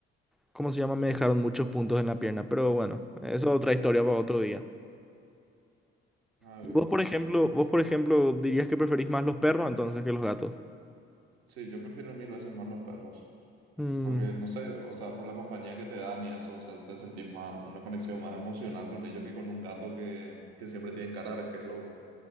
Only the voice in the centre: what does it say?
¿cómo se llama? Me dejaron muchos puntos en la pierna. Pero bueno, eso es otra
historia para
otro día.
¿Y vos,
por ejemplo, vos, por ejemplo, dirías que preferís más los perros entonces que los gatos?
Mm.